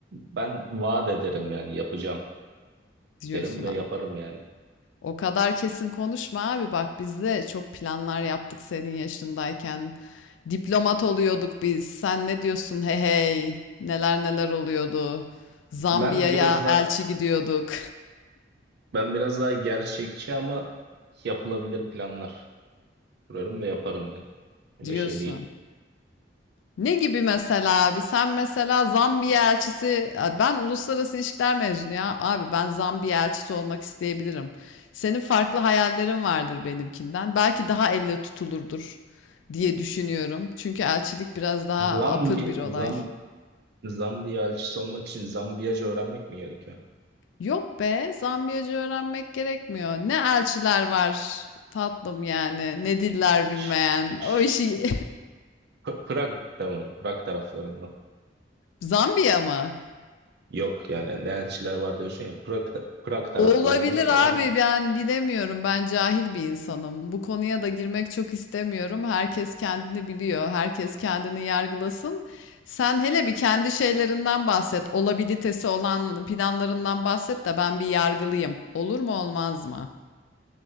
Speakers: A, on the right; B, on the left.
A: Ben vaat ederim yani yapacağım
B: diyorsun
A: derim ve
B: ha.
A: yaparım yani.
B: O kadar kesin konuşma abi. Bak biz de çok planlar yaptık senin yaşındayken. Diplomat oluyorduk biz. Sen ne diyorsun? Hey hey. Neler neler oluyordu. Zambiya'ya
A: Ben biraz da
B: elçi gidiyorduk
A: ben biraz daha gerçekçi ama yapılabilir planlar kurarım ve yaparım yani. Öyle
B: <laughs> diyorsun.
A: şey değil.
B: Ne gibi mesela abi? Sen mesela Zambiya elçisi, ben uluslararası ilişkiler mezunu ya. Abi ben Zambiya elçisi olmak isteyebilirim. Senin farklı hayallerin vardır benimkinden. Belki daha elle tutulurdur diye düşünüyorum. Çünkü elçilik biraz daha
A: Zambi,
B: apır bir olay.
A: Zam, Zambiya elçisi olmak için Zambiyaca öğrenmek mi gerekiyor?
B: Yok be, Zambiyacı öğrenmek gerekmiyor. Ne elçiler var tatlım yani, ne diller bilmeyen.
A: Ş- ş-
B: O işi
A: P- Prag tamam. Prag taraflarından.
B: <laughs> Zambiya mı?
A: Yok yani ne elçiler var diyorsun ya Prag, Prag
B: Olabilir
A: taraflarında falan.
B: abi ben bilemiyorum ben cahil bir insanım. Bu konuya da girmek çok istemiyorum. Herkes kendini biliyor. Herkes kendini yargılasın. Sen hele bir kendi şeylerinden bahset. Olabilitesi olan planlarından bahset de ben bir yargılıyım. Olur mu olmaz mı?